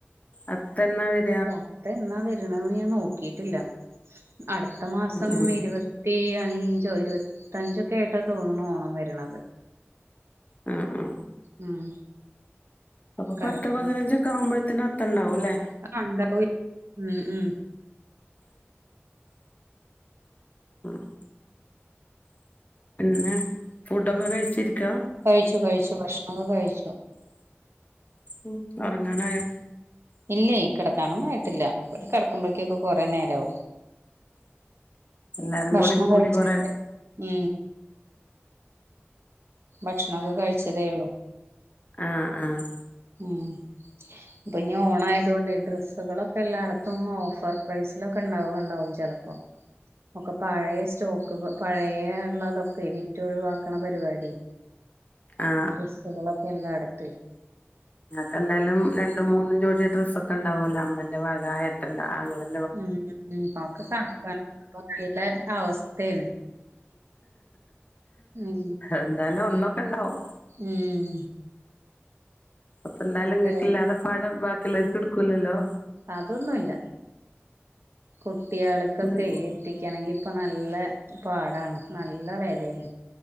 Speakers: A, on the left; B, on the right.
A: അത്തം എന്ന വരൂ
B: അത്തം എന്നാ വരുന്നെന്നു ഞാൻ നോക്കിട്ടില്ല അടുത്ത മാസം
A: ഉം
B: ഇരുപ പത്തി അഞ്ചോ ഇരുപത്തഞ്ചൊക്കെ ആയിട്ടാ തോന്നണു ഓണം വരണത്
A: ആഹ് ആഹ്
B: ഉം
A: അപ്പൊ
B: കറക്റ്റ്
A: പത്ത് പതിനഞ്ചൊക്കെ ആവുമ്പഴത്തേന് അത്തം ഒണ്ടാവും അല്ലേ
B: ആഹ് ഒണ്ടാവു ആയിരി ഉം ഉം
A: ആഹ് നിങ്ങൾ ഫുഡൊക്കെ കഴിച്ചിരിക്കുവ
B: കഴിച്ചു കഴിച്ചു ഭക്ഷണൊക്കെ കഴിച്ചു
A: ഉം ഒറങ്ങാനായോ
B: ഇല്ലേ കിടക്കാനൊന്നും ആയിട്ടില്ല ഇവിടെ കിടക്കുമ്പഴേക്കൊക്കെ കെറേ നേരം ആവും
A: എല്ലാരും
B: ഭക്ഷണം
A: കൂടി കൂടി
B: കഴിച്ചിട്ടെ
A: കൊറേ
B: ഉം ഭക്ഷണം ഒക്കെ കഴിച്ചതേ ഉള്ളൂ
A: ആഹ് ആഹ്
B: ഉം ഇപ്പൊ ഇനി ഓണ ആയതുകൊണ്ട് ഈ ഡ്രസ്സുകളൊക്കെ എല്ലായെടത്തും ഓഫർ പ്രൈസിലൊക്കെ ഒണ്ടാവുക ഒണ്ടാവും ചെല പ ഒക്കെ പഴയ സ്റ്റോക്കുകൾ പഴയൊള്ളതൊക്കെ വിറ്റ് ഒഴുവാക്കണ പരിപാടി
A: ആ
B: ഡ്രസ്സുകളൊക്കെ എല്ലായെടത്തുവേയ്
A: കണ്ടാലും രണ്ടും മൂന്നും ജോടിയ ഡ്രസ്സൊക്കെ ഒണ്ടാവുവല്ലോ അമ്മന്റെ വക ഏട്ടെന്റെ അങ്ങളടെ
B: ഉം ഉം ഒക്കെ കണക്കാണ് <unintelligible> അവസ്ഥയാണ് ഉം
A: എന്താലും ഒന്നൊക്കെ ഒണ്ടാവും
B: ഉം
A: അപ്പെ എന്തായാലും
B: ഒക്കെ
A: കട്ടിയില്ലാത്ത ഭാഗം ബാക്കിയൊള്ളവർക്ക് എടുക്കും കുലലോ
B: അതൊന്നുയില്ല കുട്ടിയാള്ക്കൊക്കെ
A: ഉം
B: എത്തിക്കയെണെങ്കി ഇപ്പെ നല്ല പാടാണ് നല്ല വെലയാണ്